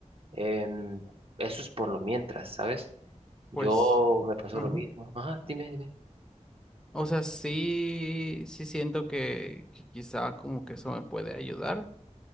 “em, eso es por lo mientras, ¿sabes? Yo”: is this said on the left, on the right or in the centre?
Right